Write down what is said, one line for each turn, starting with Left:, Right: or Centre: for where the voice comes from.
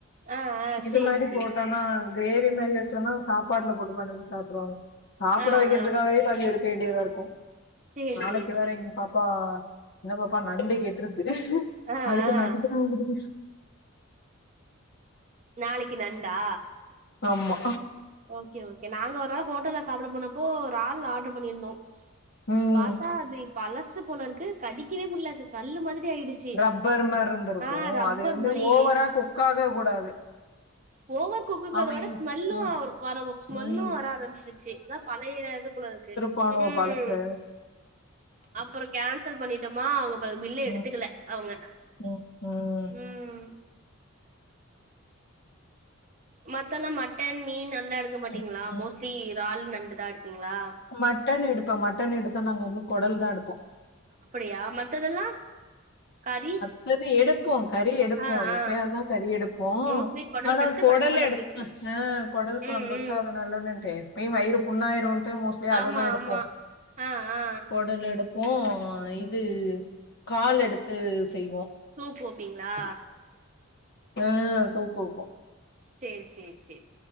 Right: ஆ ஆ
Left: இது
Right: சேரி
Left: மாரி
Right: சேரி
Left: போட்டனா கிரேவி மாரி வெச்சோனோ சாப்பாட்டுல போட்டு பெனஞ்சி சாப்ட்ருவாங்க சாப்புட
Right: ஆ
Left: வெக்கற்துகாகவே
Right: ஆ
Left: பாதி எடுக்க வேண்டியதா இருக்கு
Right: சேரி
Left: நாளைக்கு
Right: சேரி
Left: வேற
Right: சேரி
Left: எங் பாப்பா சின்ன பாப்பா நண்டு கேட்ருக்கு
Right: ஆ
Left: அதுக்கு
Right: ஆ
Left: நண்டுனா புடிக்கு
Right: நாளைக்கி நண்டா
Left: ஆமா
Right: ஓகே ஓகே நாங்க ஒரு நாள் ஹோட்டல்ல சாப்ட போனப்போ இறால் ஆர்டரு பண்ணியிருந்தோ
Left: ம்
Right: பாத்தா அது பழசு போல இருக்கு கடிக்கவே முடியல கல்லு மாதிரி ஆயிடுச்சு
Left: ரப்பர் மார் இருந்திருக்கோ
Right: ஆ ரப்பர்
Left: அது வந்து
Right: மாரி
Left: ஓவரா குக் ஆக கூடாது
Right: ஓவர் குக்குங்றத
Left: அவ
Right: விட ஸ்மெல்லு வரவு ஸ்மெல்லு
Left: ம்.
Right: வர ஆரம்பிச்சிருச்சி அதா பழைய இது போல இருக்கு
Left: பாணுவோ
Right: ம்
Left: பழசு
Right: அப்றோ கேன்சல் பண்ணிட்டோமா அவுங்க ப பில்ல எடுத்துக்கல
Left: ம்,
Right: அவுங்க
Left: ம், ம்,
Right: ம் மத்த எல்லா மட்டன் மீன் அதெல்லா எடுக்க மாட்டீங்களா
Left: ம், ம்.
Right: மோஸ்லி இறால் நண்டுதா எடுப்பீங்களா
Left: மட்டன் எடுப்பே மட்டன் எடுத்தா நாங்க வந்து குடல் தா எடுப்போ
Right: அப்டியா மத்ததெல்லா கறி
Left: அதது எடுப்போ கறி எடுப்போ
Right: ஆ ஆ
Left: எப்பயாவ்து தா கறி எடுப்போ
Right: மோஸ்ட்லி குடல்
Left: ஆனா
Right: எடுத்து
Left: குடல்
Right: கொழம்பு
Left: எடுபா ஆ குடல் கொழம்பு
Right: ம்
Left: வச்சா
Right: ம்
Left: அது நல்லதுன்ட்டு இப்பயு வயிறு புண்ணாயிரும்ட்டு மோஸ் அததா
Right: ஆமா
Left: எடுப்போ
Right: ஆமா ஆ ஆ
Left: குடல் எடுப்போ இது கால் எடுத்து செய்வோ
Right: சூப் வெப்பீங்களா
Left: அ சூப் வெப்போ
Right: சேரி சேரி சேரி